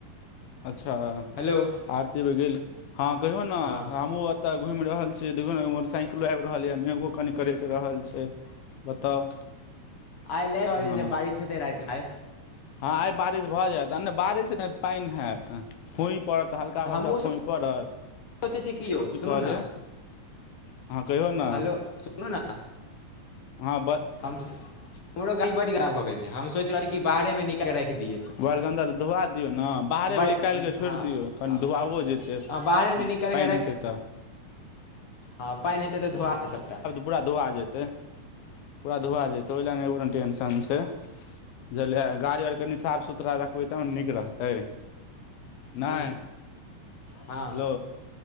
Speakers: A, on the left (about 80°); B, on the left (about 50°).
A: अच्छा
B: हेलो
A: आरती मे गेल हँ कहियौ ने
B: हँ
A: हमहु तऽ घुमि रहल छै देखो नै मोटरसइकिलो आबि रहल यै मेघो कनी कड़ेक रहल छै बताउ।
B: आइ ले होई
A: हँ
B: छै बारिश हेतइ राइत मे
A: हँ आई बारिश भऽ जायत आने बारिश पाइन हैत खु पड़त हल्का
B: तऽ
A: फलका
B: हमहूँ
A: फुइ पड़त
B: सोचै छी यौ
A: कि
B: सुनू
A: कहलियै
B: ने
A: अहाँ कहियौ ने
B: हेलो सुनू ना
A: ह बस
B: हम हमरो गाड़ी बड़ गराब भऽ गेल छै हम सोच रहले छी कि बाहरे मे निकइल के राइख दिये
A: बरगन्दा तऽ धुआ दियौ नै बाहरे
B: ब
A: मे लिकाइल कऽ छोड़ि
B: हँ
A: दियौ कनि धुआओ जेतै
B: हँ बाहरेमे निकालि
A: पइन हेतै त
B: ह पइन हेतै तऽ धुआ ते सभटा
A: पूरा धुआ जेतै पूरा धुआ जेतै ओइ लेए नहि कुनु टेंशन छै बुझलियै गाड़ी ओर कनि साफ सुथड़रा रखबै तब ना नीक रहतै
B: हूँ
A: नइ
B: हँ
A: हेलो